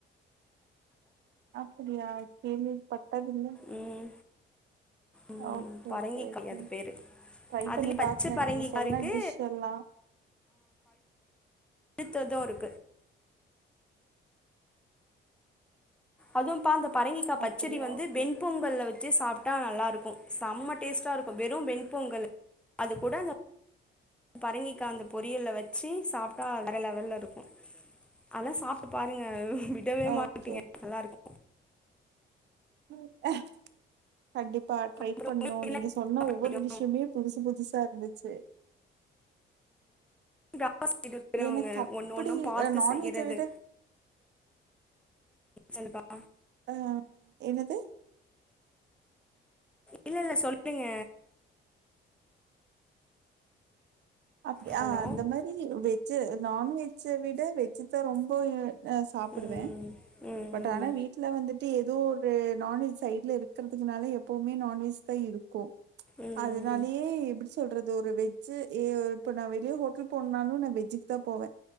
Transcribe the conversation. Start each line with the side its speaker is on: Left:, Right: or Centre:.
Right: அப்டியா கேள்விப்பட்டதுல்ல
Centre: ம் ம்
Right: ஒகே
Centre: பரங்கிக்காய்
Right: ஒகே ஒகே
Centre: அது பேரு
Right: ட்ரை
Centre: அதுலயு
Right: பண்ணி
Centre: பச்ச
Right: பாக்குறேன்
Centre: பரங்கிக்கா
Right: நீங்க சொன்ன
Centre: இருக்கு
Right: டிஷ் எல்லா
Centre: த்தது இருக்கு அதும்பா அந்த பரங்கிக்கா பச்சடி
Right: அப்படியா
Centre: வந்து
Right: ஓகே
Centre: வெண்பொங்கல்ல வச்சு சாப் ட்டா நல்லா இருக்கும் செம்ம டேஸ்ட்டா இருக்கும் வெறும் வெண் பொங்கல் அது கூட அந்த பரங்கிக்கா அந்த பொரியல்ல வச்சு சாப்ட்டா வேற லெவல்ல இருக்கும் அதல்லா சாப்ட்டு பாருங்க விடவே
Right: ஓகே
Centre: மாட்டீங்க நல்லாருக்கு
Right: உம் அ கண்டிப்பா ட்ரை
Centre: அப்றோ
Right: பண்ணணு
Centre: உங்களுக்கு
Right: நீங்க
Centre: என்ன
Right: சொன்ன
Centre: பிடிக்கு
Right: ஒவ்வொரு விஷயயுமே புதுசு புதுசா இருந்துச்சு
Centre: <unintelligible> க்கிறவங்க
Right: எனக்கு அப்படி
Centre: ஒன்னு ஒன்னும் பாத்து
Right: நான்வெஜ்ஜ
Centre: செய்யறது
Right: விட
Centre: சொல்லுப்பா
Right: ஆ என்னது
Centre: இல்ல இல்ல சொல்லுங்க
Right: அப்படியா
Centre: ஹலோ
Right: அந்த மாரி வெஜ்ஜு நான்வெஜூ விட வெஜ்ஜுதான் ரொம்ப ஹ சாப்பிடுவேன்
Centre: ம் ம்
Right: பட் ஆனா வீட்டுல வந்துட்டு ஏதோ ஒரு நான்வெஜ் சைட்ல இருக்கிறதுனால எப்பவுமே நான்வெஜ்தா இருக்கும்
Centre: ம்
Right: அதுனாலயே எப்டி சொல்றது ஒரு வெஜ் ச்சேரி ஏ இப்பாண்ண வேலிய <unintelligible> ங்க போனாலு நான் வெஜ்ஜுக்குதா போவே